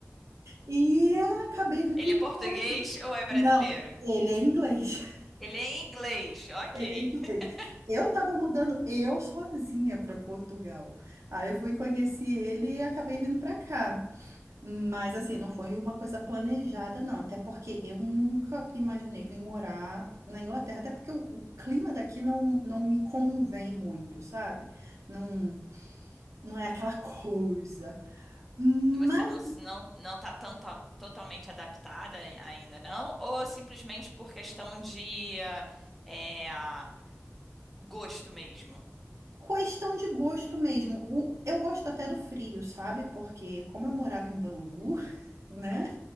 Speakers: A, on the right; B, in the centre.
A: E acabei vivendo
B: Ele é português
A: por aqui.
B: ou é brasileiro?
A: Não, ele é inglês. <laughs>
B: Ele é em inglês, ok.
A: Ele é inglês.
B: <laughs>
A: Eu tava mudando eu sozinha para Portugal. Aí eu fui conheci ele e acabei vindo para cá. Mas assim, não foi uma coisa planejada, não. Até porque eu nunca imaginei vir morar na Inglaterra. Até porque o, o clima daqui não, não me convém muito, sabe? Não, não é aquela <laughs> coisa. Mas
B: Você não não não tá tão to- totalmente adaptada ai- ainda não? Ou simplesmente por questão de ah, é, ah, gosto mesmo?
A: questão de gosto mesmo. O- eu gosto até do frio, sabe? Porque como eu morava em Bangu, <laughs> né?